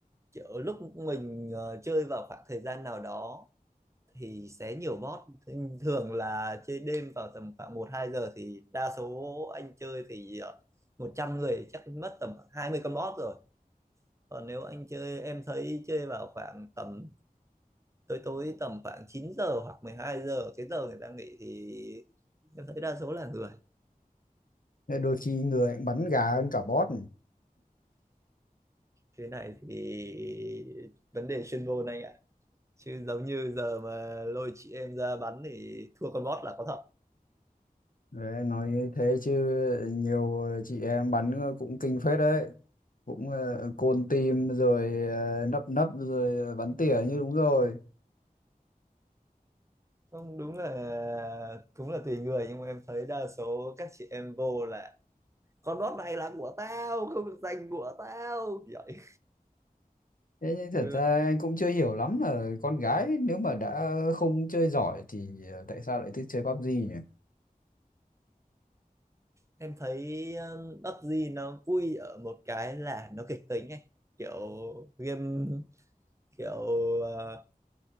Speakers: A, on the right; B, on the left.
A: kiểu lúc mình ờ, chơi vào khoảng thời gian nào đó thì sẽ nhiều bot Thế thường là chơi đêm vào tầm khoảng một hai giờ thì đa số anh chơi thì ờ, 100 người chắc mất tầm khoảng 20 con bot rồi còn nếu anh chơi em thấy chơi vào khoảng tầm tối tối tầm khoảng 9 giờ hoặc 12 giờ cái giờ người ta nghỉ thì em thấy đa số là người
B: Nên đôi khi người cũng bắn gà hơn cả bot
A: cái này thì vấn đề chuyên môn anh ạ chứ giống như giờ mà lôi chị em ra bắn thì thua con bot là có thật
B: đấy, nói như thế chứ nhiều chị em bắn cũng kinh phết đấy cũng ờ, côn team rồi ờ, nấp nấp rồi bắn tỉa như đúng rồi
A: không đúng là cũng là tùy người nhưng mà em thấy đa số các chị em vô là con bot này là của tao không được giành của tao vậy
B: Thế nhưng thật
A: chứ
B: ra anh cũng chưa hiểu lắm là con gái nếu mà đã không chơi giỏi thì ờ, tại sao lại thích chơi PUBG nhỉ?
A: em thấy um, PUBG nó vui ở một cái là nó kịch tính ấy kiểu game kiểu ờ,